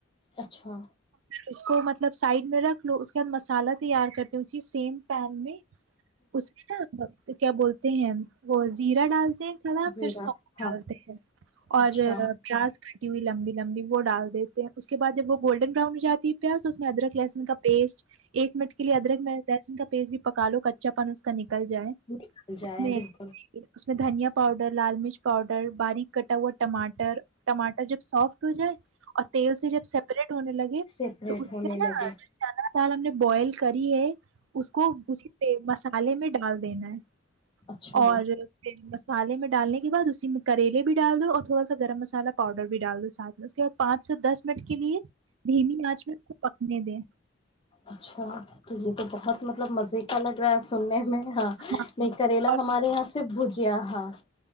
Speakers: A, on the left; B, on the right.
A: اچھا
B: اس کو مطلب سائڈ میں رکھ لو اس کے بعد مسالہ تیار کرتے ہیں اسی سیم پین میں اس میں کیا بولتے ہیں وہ زیرہ ڈال کا
A: زیرہ
B: پھر سو
A: ہاں
B: ڈالتے ہیں اور
A: اچھا
B: پیاز کٹی ہوئی لمبی لمبی وہ ڈال دیتے ہیں اس کے بعد جب وہ گولڈن بران ہو جاتی پیاز اس میں ادرک لہن کا بیس ایک منٹ کے لیے ادرک میں دنٹ پیس بھی پکا لو کچا پن اس کا نکل کل جائے
A: نکل جائیں
B: اس میں
A: بالکل
B: اس میں دھنیا پاؤڈر لال مرچ پاؤڈر باریک کٹا ہوا ٹاٹر ٹماٹر جب سافٹ ہو جائے تیل سے جب سیپریٹ ہونے لگے
A: سیپریٹ
B: تو اس
A: ہونے
B: میں نا
A: لگے
B: جو چنا دال ہم نے بوائل کر کری ہے اس کو اس مسالے میں ڈال دین ہے
A: اچھا
B: اور پالے میں ڈالنے کے بعد اسی میں کریلے بھی ڈال دو اور تھوڑا سا گرم مسالا پاؤڈر بھی ڈال دو سھ میں اس کے بعد پانچ سے دس منٹ کے لیے دھیمی آنچ میں کو پکنے دیں
A: اچھا تو یہ تو بہت مطلب مزے کا لگ رہا ہے سننے میں ہاں
B: اور
A: نہیں کریلا ہمارے یہاں سے سب بھجیا ہاں